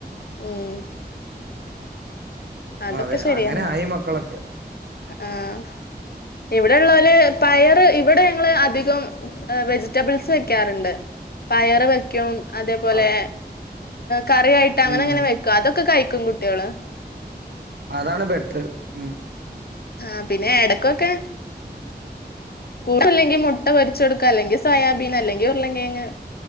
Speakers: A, on the left; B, on the right.
A: ഉം അതൊക്കെ
B: അതെ
A: ശരിയാ
B: അങ്ങനെ ആയി മക്കളൊക്കെ
A: ആഹ് ഇവിടെള്ളോല് പയറ് ഇവിടെ ഞങ്ങള് അധികം വെജിറ്റബിൾസ് വെയ്ക്കാറ്ണ്ട് പയറ് വെയ്ക്കും അതേപോലെ
B: അത്
A: കറിയായിട്ട് അങ്ങനങ്ങനെ
B: ഉം
A: വെക്കും അതൊക്കെ കഴിക്കും കുട്ടിയാള്
B: അതാണ് ബെറ്ററ് ഉം
A: ആഹ് പിന്നെ എടകൊക്കെ കൂട്ട് ല്ലെങ്കി മുട്ട പൊരിച്ച് കൊടുക്കു അല്ലെങ്കി സോയാബീന് അല്ലെങ്കി ഉരുളങ്കേങ്ങ്